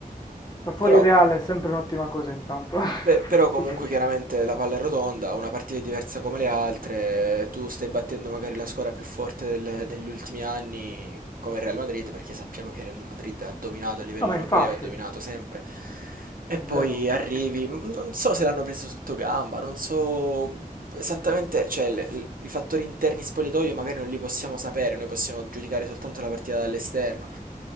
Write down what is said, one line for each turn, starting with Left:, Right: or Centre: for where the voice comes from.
Left: far fuori
Right: Però
Left: Real è sempre un'ottima cosa intanto. <laughs>
Right: Beh, però comunque
Left: Sì, sì.
Right: chiaramente la palla è rotonda, una partita è diversa come le altre, tu stai battendo magari la squadra più forte del- degli ultimi anni, come il Real Madrid, perché sappiamo che il Real Madrid ha dominato a livello
Left: No, ma
Right: europeo,
Left: infatti,
Right: ha dominato
Left: è
Right: sempre. E poi
Left: vero.
Right: arrivi, m- non so se l'hanno preso sotto gamba, non so esattamente, cioè le- le- i fattori interni spogliatoio magari non li possiamo sapere, noi possiamo giudicare soltanto la partita dall'esterno,